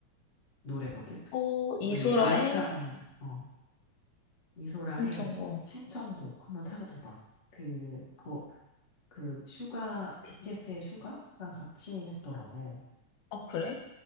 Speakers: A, on the left; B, on the left.
A: 노래거든?
B: 어, 이소라의
A: 그래서 옛, 옛사람은, 어, 이소라의
B: 신청곡.
A: 신청곡 한번 찾아봐봐. 그, 그, 그 슈가, BTS의 슈가랑 같이 했더라고.
B: 어, 그래?